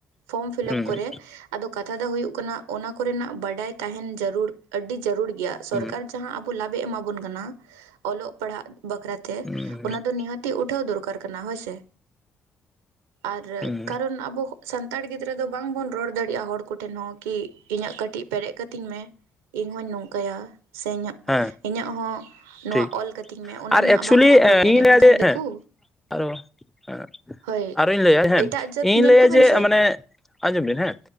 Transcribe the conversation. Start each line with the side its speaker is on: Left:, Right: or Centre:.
Right: ᱯᱷᱚᱨᱚᱢ ᱯᱷᱤᱞᱟᱯ
Centre: ᱦᱩᱸ
Right: ᱠᱚᱨᱮ ᱟᱫᱚ ᱠᱟᱛᱷᱟ ᱫᱚ ᱦᱩᱭᱩᱜ ᱠᱟᱱᱟ ᱚᱱᱟ ᱠᱚᱨᱮᱱᱟᱜ ᱵᱟᱰᱟᱭ ᱛᱟᱦᱮᱱ ᱡᱟᱨᱩᱲ ᱟᱹᱰᱤ ᱡᱟᱨᱩᱲ ᱜᱮᱭᱟ ᱥᱚᱨᱠᱟᱨ
Centre: ᱦᱩᱸ
Right: ᱡᱟᱦᱟᱸ <unintelligible> ᱟᱵᱚ ᱞᱟᱵᱮ ᱮᱢᱟ ᱵᱚᱱ ᱠᱟᱱᱟ ᱚᱞᱚᱜ ᱯᱟᱲᱦᱟᱜ ᱵᱟᱠᱷᱨᱟ ᱛᱮ
Centre: ᱦᱩᱸ
Right: ᱚᱱᱟ ᱫᱚ ᱱᱤᱦᱟᱹᱛ ᱩᱴᱷᱟᱹᱣ ᱫᱚᱨᱠᱟᱨ ᱠᱟᱱᱟ ᱦᱳᱭ ᱥᱮ ᱟᱨ
Centre: ᱦᱩᱸ
Right: ᱠᱟᱨᱚᱱ ᱟᱵᱚ ᱥᱟᱱᱛᱟᱲ ᱜᱤᱫᱽᱨᱟᱹ ᱫᱚ ᱵᱟᱝᱵᱚᱱ ᱨᱚᱲ ᱫᱟᱲᱮᱭᱟᱜᱼᱟ ᱦᱚᱲ ᱠᱚᱴᱷᱮᱱ ᱦᱚᱸ ᱠᱤ ᱤᱧᱟᱹᱜ ᱠᱟᱹᱴᱤᱡ ᱯᱮᱨᱮᱡ ᱠᱟᱹᱛᱤᱧ ᱢᱮ ᱤᱧ ᱦᱚᱧ ᱱᱚᱝᱠᱟᱭᱟ ᱥᱮ
Centre: ᱦᱮᱸ
Right: ᱤᱧᱟᱹᱜ ᱦᱚᱸ ᱱᱚᱣᱟ
Centre: ᱴᱷᱤᱠ
Right: ᱚᱞ ᱠᱟᱹᱛᱤᱧ ᱢᱮ ᱚᱱᱟ
Centre: ᱟᱨ
Right: ᱱᱟᱜ
Centre: ᱮᱠᱪᱩᱭᱮᱞᱤ
Right: ᱵᱟᱝᱵᱚᱱ ᱨᱚᱲ ᱫᱟᱲᱮᱭᱟᱜᱼᱟ
Centre: ᱤᱧ ᱞᱟᱹᱭᱟ
Right: ᱢᱮᱱᱠᱷᱟᱱ
Centre: ᱡᱮ
Right: ᱫᱤᱠᱩ
Centre: ᱦᱮᱸ ᱟᱨᱚ ᱦᱮᱸ
Right: ᱦᱳᱭ
Centre: ᱟᱨᱚᱧ ᱞᱟᱹᱭᱟ ᱦᱮᱸ
Right: ᱮᱴᱟᱜ ᱡᱟᱹᱛ
Centre: ᱤᱧ
Right: ᱧᱮᱞ
Centre: ᱞᱟᱹᱭᱟ
Right: ᱠᱚᱵᱮᱱ
Centre: ᱡᱮ
Right: ᱥᱮ
Centre: ᱢᱟᱱᱮ ᱟᱸᱡᱚᱢ ᱵᱤᱱ ᱦᱮᱸ